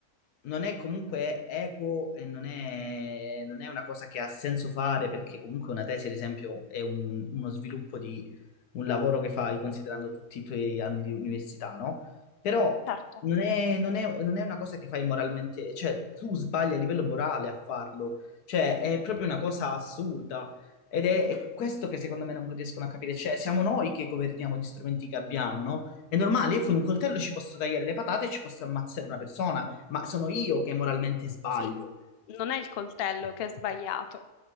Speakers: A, on the left; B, on the left.
A: non è comunque equo e non è, non è una cosa che ha senso fare, perché comunque una tesi, ad esempio, è un- uno sviluppo di un lavoro che fai considerando tutti i tuoi anni di università, no? Però
B: certo,
A: non è, non è- non è una cosa che fai moralmente, cioè tu sbagli a livello morale a farlo, cioè è proprio una cosa assurda ed è, è questo che secondo me non riescono a capire, cioè siamo noi che governiamo gli strumenti che abbiamo, no? È normale, io
B: sì,
A: con un coltello ci posso tagliare le patate e ci posso ammazzare una persona, ma sono io che moralmente sbaglio,
B: sì, non è il coltello che è sbagliato,